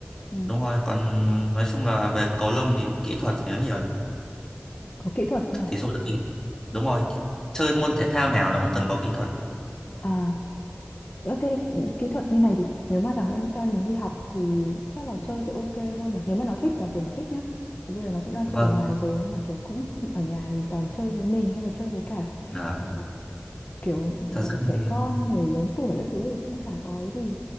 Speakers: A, on the left (about 40°); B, on the left (about 15°).
A: ừ.
B: đúng rồi còn nói chung là về cầu lông thì kỹ thuật thì nó nhiều
A: có kỹ thuật à,
B: thí dụ là kỹ đúng rồi chơi môn thể thao nào nó cũng cần có kỹ thuật
A: à Ờ, Thế thì kỹ thuật như này thì nếu mà thằng em trai mình đi học thì chắc là chơi sẽ ok hơn nhỉ? Nếu mà nó thích, giả sử nó thích nhá. Thì bây giờ nó cũng đang
B: vâng
A: chơi ở nhà rồi nhưng mà kiểu cũng ở nhà thì toàn chơi với mình hay là chơi với cả
B: à,
A: ờ, kiểu
B: thật
A: ờ,
B: ra
A: trẻ
B: thì
A: con, người lớn tuổi các thứ thì cũng chả có ấy gì